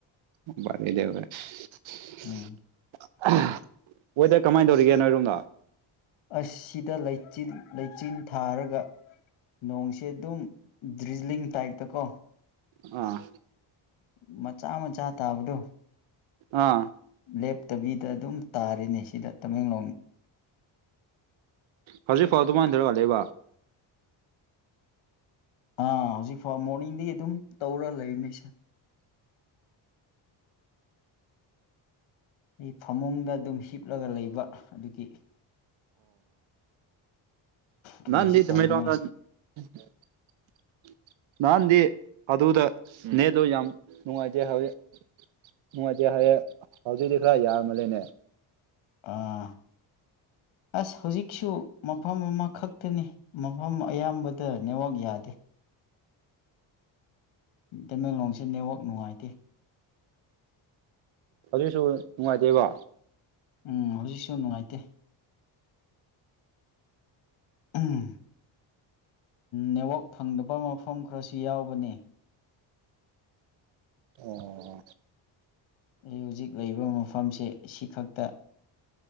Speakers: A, on the right; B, on the left.
A: <unintelligible>
B: ꯎꯝ
A: ꯋꯦꯗ꯭ꯔ ꯀꯃꯥꯏ ꯇꯧꯔꯤꯒꯦ ꯅꯣꯏ ꯔꯣꯝꯗꯥ
B: ꯑꯥꯁꯤꯗ ꯂꯩꯥꯆꯜ ꯂꯩꯆꯤꯟ ꯊꯥꯔꯒ ꯅꯣꯡꯁꯦ ꯑꯗꯨꯝ ꯗ꯭ꯔꯤꯖꯤꯂꯤꯡ ꯇꯥꯏꯞꯇꯀꯣ
A: ꯑꯥ
B: ꯎ ꯃꯆꯥ- ꯃꯆꯥ ꯇꯥꯕꯗꯣ
A: ꯑꯥ
B: ꯂꯦꯞꯇꯕꯤꯗ ꯑꯗꯨꯝ ꯇꯥꯔꯦꯅꯦ ꯁꯤꯗ ꯇꯃꯦꯡꯂꯣꯡ
A: ꯍꯧꯖꯤꯛꯐꯥꯎ ꯑꯗꯨꯃꯥꯏ ꯊꯧꯔꯒ ꯂꯩꯕ
B: ꯑꯥ ꯍꯧꯖꯤꯛ ꯐꯥꯎ ꯃꯣꯔꯅꯤꯡꯗꯒꯤ ꯑꯗꯨꯝ ꯇꯧꯔ ꯂꯩꯕꯅꯦ ꯁꯦ ꯑꯩ ꯐꯃꯨꯡꯗ ꯑꯗꯨꯝ ꯍꯤꯞꯂꯒ ꯂꯩꯕ ꯑꯗꯨꯒꯤ ꯀꯔꯤꯁꯨ
A: <unintelligible>
B: ꯇꯧꯅꯤꯡꯉꯥꯏ
A: ꯑꯗꯨꯗ ꯅꯦꯗꯣ ꯌꯥꯝ ꯅꯨꯡꯉꯥꯏꯇꯦ ꯍꯥꯏꯋ ꯅꯨꯡꯉꯥꯏꯇꯦ ꯍꯥꯏꯑꯦ ꯍꯧꯖꯤꯛꯇꯤ ꯈꯔ ꯌꯥꯔꯥꯃꯂꯦꯅꯦ
B: ꯑꯥ ꯑꯁ ꯍꯧꯖꯤꯛꯁꯨ ꯃꯐꯝ ꯑꯃꯥꯈꯛꯇꯅꯤ ꯃꯐꯝ ꯑꯌꯥꯝꯕꯗ ꯅꯦꯠꯋꯣꯛ ꯌꯥꯗꯦ ꯇꯃꯦꯡꯂꯣꯡꯁꯦ ꯅꯦꯠꯋꯣꯛ ꯅꯨꯡꯉꯥꯏꯇꯦ
A: ꯑꯗꯨꯁꯨ ꯅꯨꯡꯉꯥꯏꯇꯦꯕ
B: ꯎꯝ ꯍꯧꯖꯤꯁꯨꯨ ꯅꯨꯡꯉꯥꯏ <unintelligible> ꯎꯝ ꯅꯦꯠꯋꯣꯛ ꯐꯪꯗꯕ ꯃꯐꯝ ꯈꯔꯁꯨ ꯌꯥꯎꯕꯅꯦ
A: ꯑꯣ
B: ꯍꯧꯖꯤꯛ ꯂꯩꯕ ꯃꯐꯝꯁꯦ ꯑꯁꯤꯈꯛꯇ